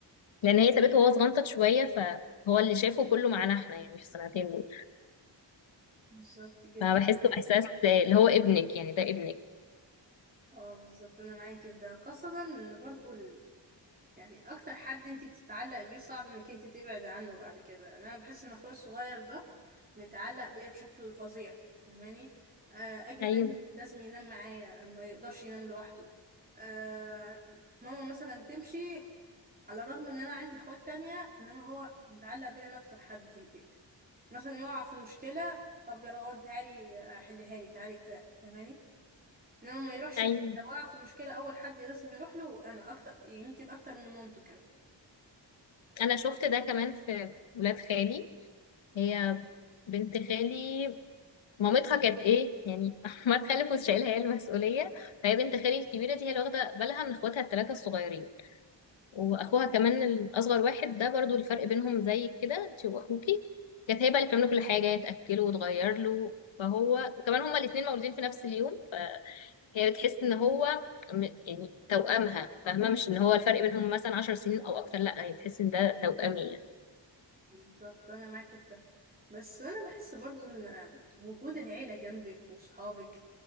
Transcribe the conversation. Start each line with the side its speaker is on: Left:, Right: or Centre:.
Left: لان هي سابته وهو صغنطت شويه فهو اللي شافه كله معانا احنا يعني في السنتين دول
Right: بالظبط جدا
Left: فبحسه احساس اللي هو ابنك يعني ده ابنك
Right: اه بالظبط انا معاكي في ده خاصه ان برضه يعني اكتر حد انت بتتعلق بيه صعب انك انت تبعد عنه بعد كده يعني انا بحس ان اخويا الصغير ده متعلق بيا بشكل فظيع فاهماني آه اجي
Left: ايوه
Right: انام لازم ينام معايا ما يقدرش ينام لوحده آه ماما مثلا تمشي على الرغم ان انا عندي اخوات تانية انما هو متعلق بيا انا اكتر حد في البيت مثلا يقع في مشكلة طب يا روان تعالي آه، حلها لي تعالي بتاع فاهماني انما ما يروحش
Left: ايوه
Right: لحد. لو وقع في مشكلة اول حد لازم يروح له انا اكتر يمكن اكتر من مامته كمان
Left: انا شفت ده كمان في ولاد خالي هي بنت خالي مامتها كانت ايه يعني <laughs> احمد خالد كنت شايلها هي المسؤوليه فهي بنت خالي الكبيره دي هي اللي واخده بالها من اخواتها الثلاثه الصغيرين واخوها كمان الاصغر واحد ده برضو الفرق بينهم زي كده انت واخوكي كانت هي بقى اللي بتعمله كل حاجه هي تاكله وتغير له فهو وكمان هما الاثنين مولودين في نفس اليوم فهي بتحس ان هو م- يعني توأمها فاهمه مش ان هو الفرق بينهم مثلا 10 سنين او اكتر لا هي بتحس ان ده توأمي
Right: بالظبط انا معاك في ده بس انا بحس برضو ان وجود العيله جنبك وصحابك